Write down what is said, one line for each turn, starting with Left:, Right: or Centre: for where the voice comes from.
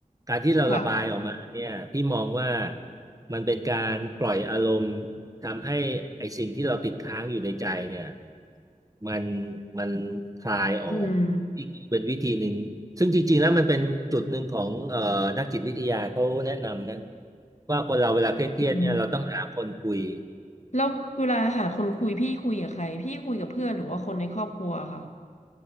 Right: การที่เราระบายออกมาเนี่ยพี่มองว่า
Left: ค่ะ
Right: มันเป็นการปล่อยอารมณ์ทำให้ไอ้สิ่งที่เราติดค้างอยู่ในใจเนี่ยมันมันคลายออกอีกเป็นวิธีหนึ่งซึ่งจริงๆแล้วมันเป็นจุดหนึ่งของเอ่อนักจิตวิทยาเขาแนะนำนะ
Left: อืม
Right: ว่าคนเราเวลาเครียดๆเนี่ยเราต้องหาคนคุย
Left: อืมแล้วเวลาหาคนคุยพี่คุยกับใครพี่คุยกับเพื่อนหรือว่าคนในครอบครัวค่ะ